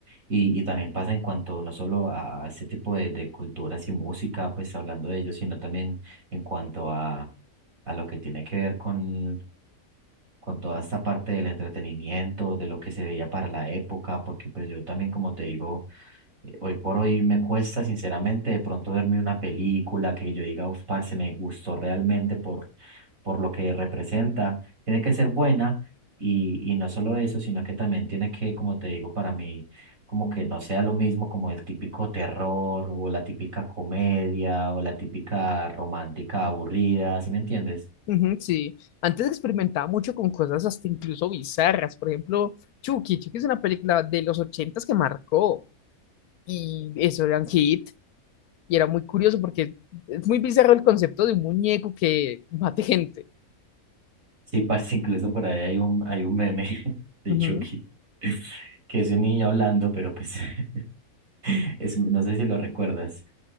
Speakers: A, on the right; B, on the left.
A: Y, y también pasa en cuanto no solo a este tipo de, de culturas y música, pues hablando de ellos, sino también en cuanto a, a lo que tiene que ver con con toda esta parte del entretenimiento, de lo que se veía para la época, porque pues yo también, como te digo, eh, hoy por hoy me cuesta sinceramente de pronto verme una película que yo diga, uf, parce, me gustó realmente por, por lo que representa. Tiene que ser buena y, y no solo eso, sino que también tiene que, como te digo, para mí, como que no sea lo mismo como el típico terror o la típica comedia o la típica romántica aburrida, ¿sí me entiendes?
B: Ujú, sí, antes experimentaba mucho con cosas hasta incluso bizarras. Por ejemplo, Chucky. Chucky es una película de los ochentas que marcó. Y eso era un hit. Y era muy curioso porque es muy bizarro el concepto de un muñeco que mate gente.
A: Sí, parece incluso por ahí hay un, hay un meme <laughs> de
B: Ujú,
A: Chucky, <laughs> que es un niño hablando, pero pues <laughs> es, no sé si lo recuerdas.